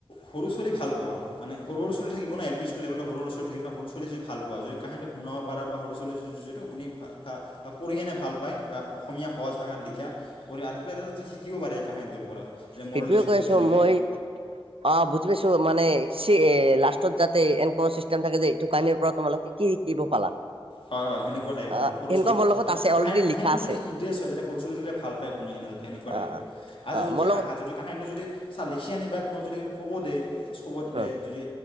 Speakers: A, on the left (about 65°); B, on the right (about 70°).
A: সৰু ছোৱালী ভাল পোৱা, মানে সৰু ছোৱালি থাকিব ন এল পি স্কুল যিবিলাক ঘৰৰ ওচৰত থাকে ন সৰু চুলি যই ভাল পোৱা যদি কাহিনীটো শুনাব পাৰ বা সৰু ছোৱালী যিটো শুনি ভ বা পৰিকেনে ভাল পায় বা অসমীয়া সহজ ভাষাত লিখা। পঢ়ি আৰু কিবা এটাটো শিকিব পাৰে কাহিনীটো পৰা মৰেল
B: সেইটোয়ে
A: ষ্ট'ৰী
B: কৈ আছো
A: যেনেকৈ
B: মই অ', বুজি পাইছো মানে এ লাষ্টত যাতে এনেকুৱা চিষ্টেম থাকে যে, এইটো কাৰনে পৰা তোমালোকে কি কি বোৰ পালা।
A: হয় হয় সেনেকুৱা টাইপৰ
B: আহ
A: আৰু সৰু
B: সেনেকুৱা
A: ছোৱালী।
B: মোৰ লগত
A: আৰু
B: আছে অলৰেডি
A: কাঁহ-কাহিনীটো
B: লিখা আছে
A: যদি ইটাৰেষ্ট হয় যাতে সৰু ছোৱালী যুটীয়া ভাল পায় শুনিনে যাতে সনেকুৱা টাইপৰ।
B: অ অ
A: আজি
B: অ
A: জ্যোতি
B: মোৰ লগত
A: আহা যদি কাহিনীটো যদি চা লিখি আনিবা তোমাক যদি ক'ব দেই চবত দে
B: অ অ
A: যদি